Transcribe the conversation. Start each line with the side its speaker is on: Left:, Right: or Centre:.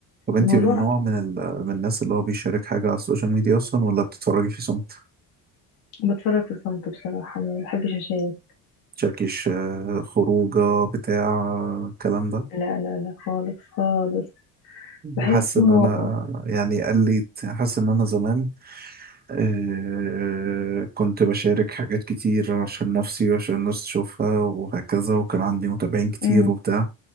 Right: طب انتي
Left: الموضوع
Right: من نوع من ال... من الناس اللي هو بيشارك حاجة على السوشيال ميديا اصلا ولا بتتفرجي في صمت
Left: بتفرج في صمت بصراحة ما بحبش أشارك
Right: تشاركيش آه، خروجة بتاع الكلام ده
Left: لا لا لا خالص خالص بحسه
Right: حاسس ان انا يعني قلت حاسس ان انا زمان آه كنت بشارك حاجات كتير عشان نفسي وعشان الناس تشوفها وهكذا وكان عندي متابعين كتير
Left: أمم.
Right: وبتاع